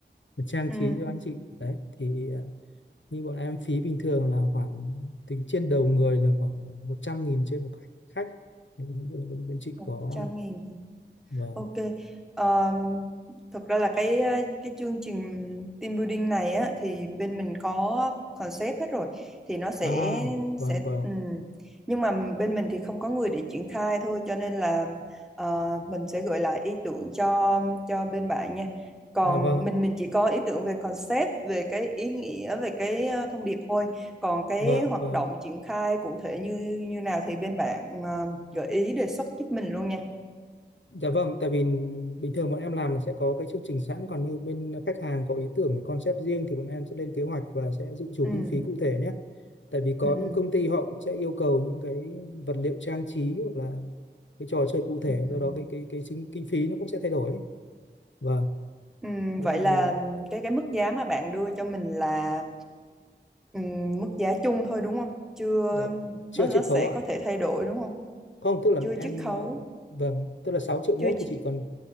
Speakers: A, on the left; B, in the centre.
A: để trang
B: ừ,
A: trí cho anh chị. Đấy, thì ờ, như bọn em phí bình thường là khoảng tính trên đầu người là khoảng 100.000 trên một khách. Thì không biết là bên, bên chị
B: 100
A: có
B: nghìn
A: và
B: Ok. Ờ, thực ra là cái ờ, cái chương trình team building này á thì bên mình có concept hết rồi thì nó sẽ
A: À, vâng
B: sẽ
A: vâng,
B: ừm. nhưng mà bên mình thì không có người để triển khai thôi cho nên là ờ, mình sẽ gửi lại ý tưởng cho cho bên bạn nha. Còn
A: dạ vâng,
B: mình mình chỉ có ý tưởng về concept, về cái ý nghĩa, về cái ờ, thông điệp thôi. Còn cái
A: vâng
B: hoạt
A: vâng,
B: động triển khai cụ thể như như nào thì bên bạn ờ, gợi ý đề xuất giúp mình luôn nha.
A: dạ vâng. Tại vì bình thường bọn em làm là sẽ có cái chương trình sẵn, còn như bên khách hàng có ý tưởng, cái concept riêng thì bọn em sẽ lên kế hoạch và sẽ dự trù
B: Ừ.
A: kinh phí cụ thể nhé. Tại vì có
B: Ừ. ừ.
A: những công ty họ cũng sẽ yêu cầu những cái vật liệu trang trí hoặc là cái trò chơi cụ thể,
B: Ừ, ừ.
A: do đó cái cái cái chính, kinh phí nó cũng sẽ thay đổi. Ấy. Vâng,
B: Ừ,
A: thế
B: vậy
A: thì
B: là
A: ờ,
B: cái cái mức giá mà bạn đưa cho mình là ừ, mức giá chung thôi đúng không? Chưa
A: dạ, chưa
B: nó nó
A: chiết
B: sẽ
A: khấu ạ?
B: có thể thay đổi đúng không?
A: Không, tức là
B: Chưa
A: em
B: chiết khấu,
A: ờ, vâng, tức là 6 triệu mốt
B: chưa chi-
A: thì chị còn